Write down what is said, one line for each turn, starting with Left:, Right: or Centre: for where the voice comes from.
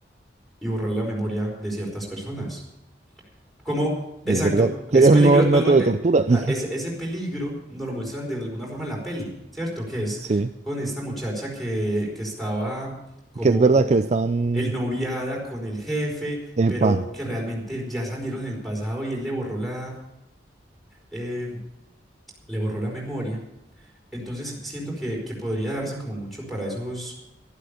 Centre: y borrar la memoria de ciertas personas. Como, exacto,
Right: Es verdad.
Centre: es
Right: Sería
Centre: peligro,
Right: un nuevo método
Centre: nos mue- eh,
Right: de tortura.
Centre: ah,
Right: <laughs>
Centre: ese, ese peligro nos lo muestran de alguna forma en la peli, ¿cierto? Que es
Right: Sí.
Centre: con esta muchacha que, que estaba como
Right: Que es verdad que le estaban.
Centre: el noviada con el jefe,
Right: Epa.
Centre: pero que realmente ya salieron en el pasado y él le borró la, eh, le borró la memoria. Entonces siento que, que podría darse como mucho para esos,